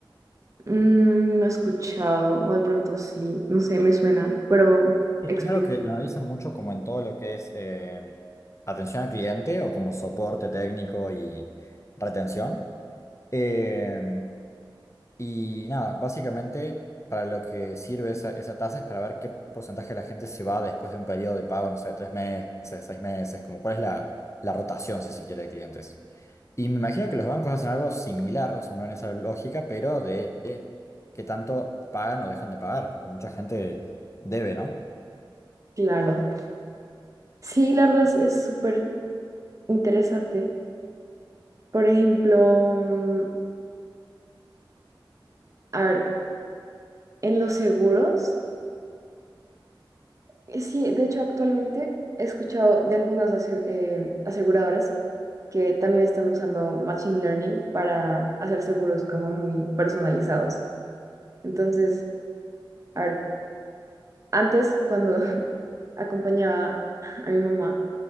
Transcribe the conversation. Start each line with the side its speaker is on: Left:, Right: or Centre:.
Right: mm, no he escuchado, o de pronto sí, no sé, me suena, pero
Left: Es
Right: explico.
Left: algo que lo analizan mucho como en todo lo que es eh, atención al cliente o como soporte técnico y retención. Eh, Y nada, básicamente para lo que sirve esa, esa tasa es para ver qué porcentaje de la gente se va después de un periodo de pago, no sé, de tres meses, seis meses, como cuál es la, la rotación, si se quiere, de clientes. Y me imagino que los bancos hacen algo similar, o sea, no en esa lógica, pero de qué tanto pagan o dejan de pagar, porque mucha gente debe, ¿no?
Right: Claro. Sí, la verdad es es súper interesante. Por ejemplo, mm, a ver, en los seguros. Eh, Sí, de hecho actualmente he escuchado de algunas ase- eh, aseguradoras que también están usando Machine Learning para hacer seguros como muy personalizados. Entonces, a ver, antes cuando <laughs> acompañaba a mi mamá